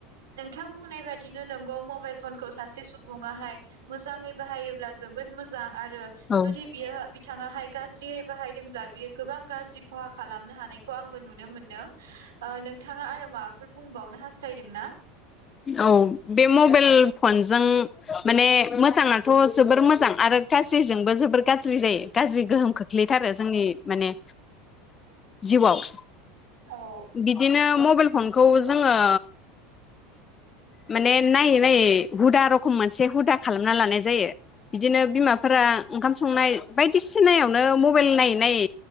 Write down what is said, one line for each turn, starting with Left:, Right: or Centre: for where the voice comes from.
Right: नोंथांनाय बुंनाय बादिनो नंगौ मबाइल फनखौ सा से सुबुङाहाय मोजाङै बाहायोब्ला जोबोद मोजां आरो
Left: औ
Right: जुदि बियो बिथाङाहाय गाज्रियै बाहायदोंब्ला बियो गोबां गाज्रि खहा खालामनो हानायखौ आंबो नुनो मोनदों। ओ नों नोंथाङा आरो माबाफोर बुंबावनो हास्थायदों ना?
Left: औ बे मबाइल फनजों माने मोजाङाथ' जोबोर मोजां आरो गाज्रिजोंबो जोबोर गाज्रि जायो गाज्रि गोहोम खोख्लैथारो जोंनि माने जिउआव।
Right: औ
Left: बिदिनो म म'बाइल फनखौ जोङो माने नायै नायै हुदा रखम मोनसे हुदा खालामना लानाय जायो। बिदिनो बिमाफोरा ओंखाम संनाय बायदिसिनायावनो मबाइल नायै नायै